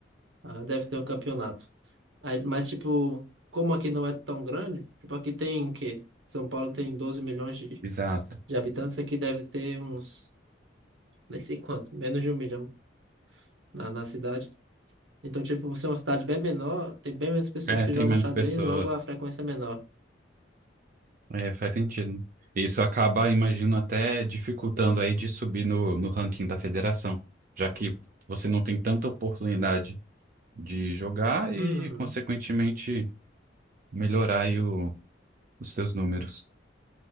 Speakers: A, on the right; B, on the right.
A: ah, deve ter um campeonato. Aí, Mas, tipo, como aqui não é tão grande, tipo, aqui tem o quê? São Paulo tem 12 milhões de
B: exato.
A: de habitantes, aqui deve ter uns, nem sei quanto, menos de um milhão na, na cidade. Então, tipo, você é uma cidade bem menor, tem bem menos pessoas
B: É,
A: que
B: tem
A: jogam
B: menos
A: xadrez,
B: pessoas.
A: logo a frequência é menor.
B: É, faz sentido. Isso acaba, imagino, até dificultando aí de subir no, no ranking da federação, já que você não tem tanta oportunidade de jogar e,
A: Uhum,
B: consequentemente, melhorar aí o- os seus números.